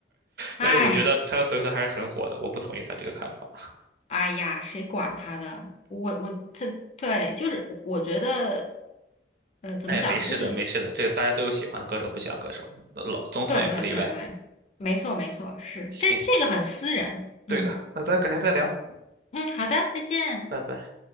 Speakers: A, on the left; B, on the right.
A: 哎，
B: 但是我觉得泰勒·斯威夫特还是很火的，我不同意他这个看法。
A: 哎呀，谁管他的？我我这对，就是我觉得，呃，怎么讲？
B: 哎，没事的，
A: 就是
B: 没事的，这个大家都有喜欢的歌手，不喜欢歌手，老总统也不例外。
A: 对对对对，没错没错，是这这个很私人。
B: 行，对的，
A: 嗯
B: 那咱改天再聊，
A: 嗯，好的，再见。
B: 拜拜。